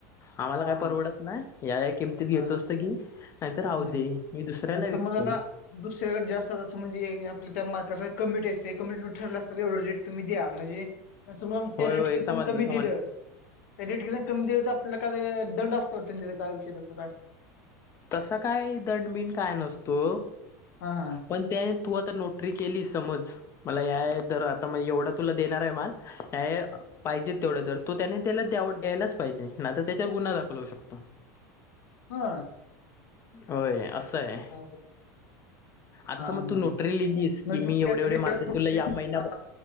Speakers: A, on the left; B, on the left.
A: आम्हाला
B: हा
A: काय
B: हा
A: परवडत नाही या या किमतीत घेतो
B: हा
A: असतं की नाहीतर राह
B: हम्म
A: दे मी दुसऱ्याला
B: समज
A: विकत
B: आता दुसऱ्याकडे जास्त असं म्हणजे आपल्या त्या मार्काच कमिटी असते कमिट ठर अस एवढं तुम्ही द्या म्हणजे समजा ते
A: होय
B: रेट
A: होय
B: कि
A: समजलं
B: कमी
A: समजलं
B: दिलं तर रेट किती कमी द तर आपला काय दंड असत वाटत त्यां काय विषी तसं काय
A: तसं काय दंडबिण काय नसतो
B: हा हा
A: पण त्याने तू आता नोटरी केली समज मला या दर आता म्हणज एवढा तुला देणार आहे माल हे पाहिजेत तेवढा जर तो त्याने त्याला द्याव द्यायलाच पाहिजे ना तर त्याच्यावर गुन्हा दाखल होऊ शकतो
B: हा
A: होय असं आहे
B: अवघड.
A: आता
B: हा हा
A: समज तू
B: हा.
A: नोटरी लिहिली आहेस
B: मग
A: की
B: ते
A: मी
B: त्या
A: एवढे एवढे
B: वेळेला
A: मासे
B: सुट-
A: तुला या महिन्या
B: हा